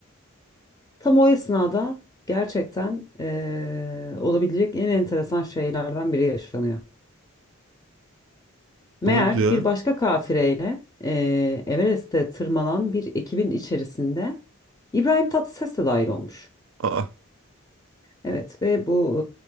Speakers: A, on the left (about 15°); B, on the right (about 60°).
A: tam o esnada gerçekten e, olabilecek en enteresan şeylerden biri yaşanıyor. Meğer
B: Ne oldu ya?
A: bir başka kafireyle e, Everest'e tırmanan bir ekibin içerisinde İbrahim Tatlıses de dahil olmuş.
B: Aa
A: Evet ve bu